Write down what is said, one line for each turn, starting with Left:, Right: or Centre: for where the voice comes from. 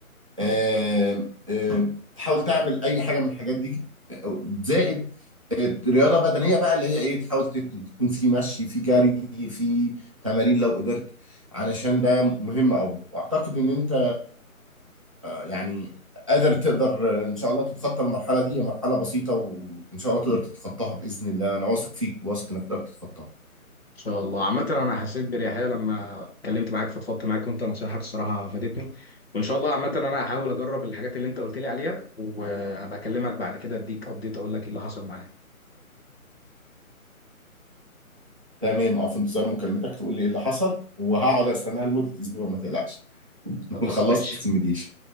Right: آه آه تحاول تعمل اي حاجه من الحاجات دي آه، زائد رياضة بدنية بقى اللي هي ايه تحاول تت- تكون في مشي في جري في تمارين لو قدرت علشان ده مهم قوي واعتقد ان انت يعني قادر تقدر ان شاء الله تتخطى المرحلة دي هي مرحلة بسيطة وان شاء الله تقدر تتخطاها بإذن الله انا واثق فيك واثق انك تقدر تتخطاها
Left: ان شاء الله عامة انا حسيت باريحية لما اتكلمت معاك فضفضت معاك وانت نصايحك الصراحة فادتني وان شاء الله عامة انا هحاول اجرب الحاجات اللي انت قلت لي عليها وهبقى اكلمك بعد كده اديك ابديت اقول لك ايه اللي حصل معايا
Right: تمام او في انتظار مكالمتك تقول لي ايه اللي حصل وهقعد استناها لمدة اسبوع ما تقلقش
Left: خلاص
Right: تكون خلصت
Left: ماشي
Right: المديشن